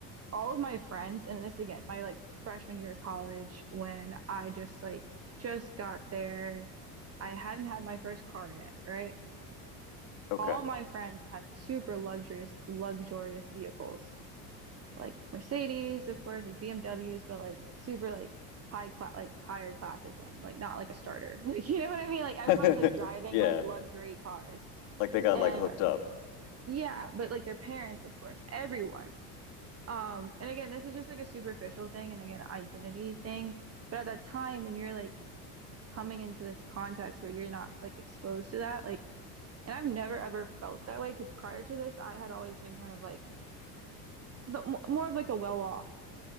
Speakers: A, on the right (about 30°); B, on the left (about 65°).
A: all of my friends, and this again, my like freshman year of college when I just like just got there, I hadn't had my first car yet, right?
B: Okay.
A: All my friends had super luxurious, luxurious vehicles like Mercedes, of course, like BMWs, but like super like high class like higher classes one, like not like a starter. <laughs> Like you know what I mean? Like everyone's
B: <laughs>
A: like driving
B: Yeah.
A: like luxury cars.
B: Like they got
A: And
B: like hooked
A: we're-
B: up.
A: yeah, but like their parents, of course, everyone. Um, and again, this is just like a superficial thing and again, identity thing. But at that time when you're like coming into this context where you're not like exposed to that, like and I've never ever felt that way because prior to this, I had always been kind of like the mo- more of like the well-off